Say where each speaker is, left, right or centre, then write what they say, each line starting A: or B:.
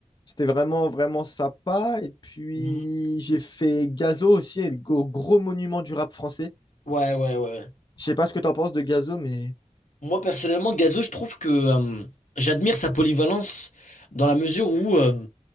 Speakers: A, on the left (about 35°); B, on the left (about 80°).
A: C'était vraiment, vraiment sympa. Et puis,
B: Mhm.
A: j'ai fait Gazo aussi, et le gros, gros monument du rap français.
B: Ouais, ouais, ouais.
A: Je sais pas ce que tu en penses de Gazo, mais
B: Moi, personnellement, Gazo, je trouve que euh, j'admire sa polyvalence dans la mesure où euh,